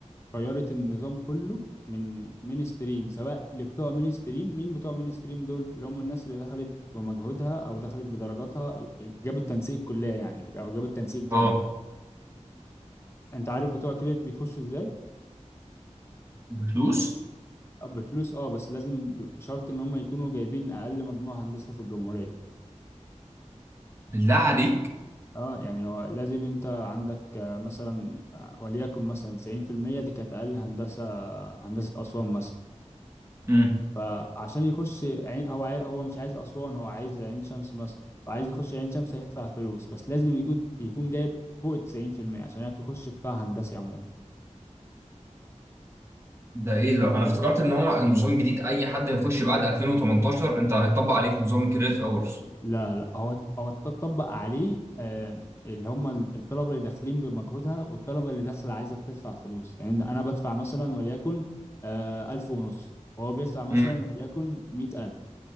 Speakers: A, on the left (about 20°); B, on the right (about 20°).
A: غيرت النظام كله من مين ستريم سواء لبتوع مين ستريم مين بتوع مين ستريم دول اللي هم الناس اللي دخلت بمجهودها او دخلت بدرجاتها جابت تنسيق كلية يعني او جابت تنسيق جامعة
B: اه
A: انت عارف بتوع كريدت بيخشوا ازاي
B: بفلوس
A: آه، بفلوس اه بس لازم ب- بشرط ان هم يكونوا جايبين اقل مجموع هندسة في الجمهورية
B: بالله عليك
A: اه يعني هو لازم انت عندك آه، مثلا آه، وليكن مثلا 90% دي كانت اقل هندسة هندسة اسوان مثلا
B: امم
A: فعشان يخش عين هو عاي... هو مش عايز أسوان هو عايز عين شمس مثلا فعايز يخش عين شمس هيدفع فلوس بس لازم يجود يكون جايب فوق التسعين في المية عشان يعرف يخش قطاع هندسي عموما
B: ده ايه ده انا افتكرت ان هو النظام الجديد اي حد هيخش بعد 2018 انت هيطبق عليك نظام الكريدت اورز
A: لا لا هو هو اتطبق عليه آم، اللي هم الطلبة اللي داخلين بمجهودها والطلبة اللي داخلة عايزة بتدفع فلوس يعني أنا بدفع مثلا وليكن آه، ألف ونص وهو بيدفع مثلا
B: امم
A: وليكن مية ألف